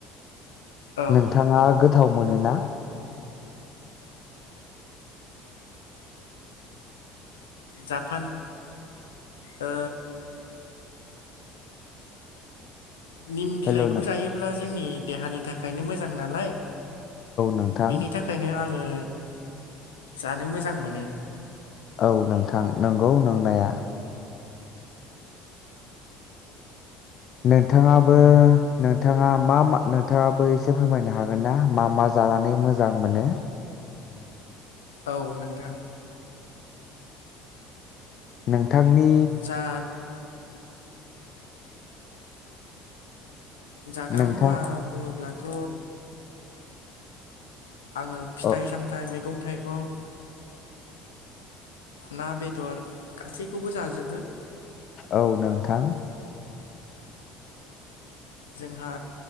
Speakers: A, on the left; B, on the left.
A: औ
B: नोंथाङा गो थाव मोनोना?
A: जापान ओ निम बिलाइखौ
B: हेल' औ
A: जायोब्ला जोंनि देहानि थाखायनो मोजां नालाय
B: नोंथां
A: बेनि थाखायनो आङो जानो मोजां मोनो
B: औ नोंथां नंगौ नोंनाया नोंथाङाबो नोंथाङा मा मा नोंथाङाबो एसे फोरमायनो हागोन ना मा मा जानानै मोजां मोनो?
A: औ नोंथां
B: नों थांनि
A: जा जाग्रा
B: नोंथां
A: मुवा बुङोब्लाथ' आङो फिथाइ
B: औ
A: सामथाइ मैगं थाइगं ना बेदर गासैखौबो जाजोबो
B: औ नोंथां
A: जोंहा